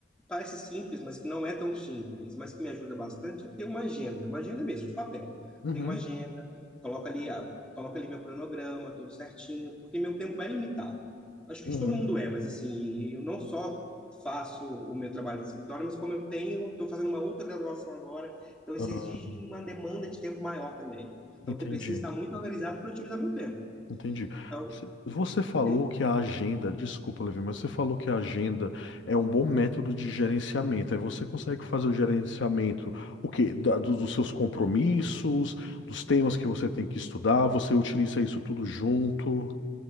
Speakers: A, in the centre; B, on the left.
A: parece simples, mas que não é tão simples, mas que me ajuda bastante, é ter uma agenda, uma agenda mesmo, de papel.
B: Uhum.
A: Tenho uma agenda, coloco ali, ah, coloco ali meu cronograma, tudo certinho, porque meu tempo é limitado. Acho que
B: Uhum.
A: de todo mundo é, mas assim, eu não só faço o meu trabalho de escritório, mas como eu tenho, estou fazendo uma outra graduação agora, então isso
B: Ah,
A: exige uma demanda de tempo maior também. Então,
B: entendi,
A: eu preciso estar muito organizado para otimizar meu tempo.
B: entendi.
A: Então,
B: Se- Você falou
A: tem
B: que a agenda, desculpa, Levi, mas você falou que a agenda é um bom método de gerenciamento. Aí você consegue fazer o gerenciamento, o quê? Da- do- dos seus compromissos, dos temas que você tem que estudar, você utiliza isso tudo junto.